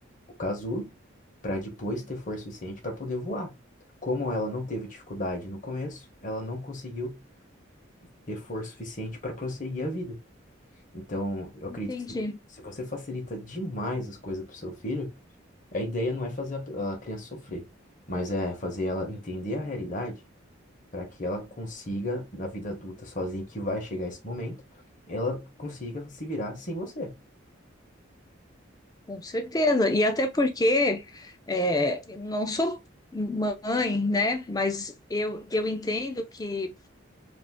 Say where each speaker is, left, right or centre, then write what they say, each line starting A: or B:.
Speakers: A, on the left; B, on the left.
A: o casulo para depois ter força suficiente para poder voar. Como ela não teve dificuldade no começo, ela não conseguiu ter força suficiente para prosseguir a vida. Então, eu acredito
B: Entendi.
A: que se se você facilita demais as coisas para seu filho, a ideia não é fazer a pe- a criança sofrer, mas é fazer ela entender a realidade para que ela consiga, na vida adulta sozinha, que vai chegar esse momento, ela consiga se virar sem você.
B: Com certeza. E até porque é, eu não sou mãe, né? Mas eu, eu entendo que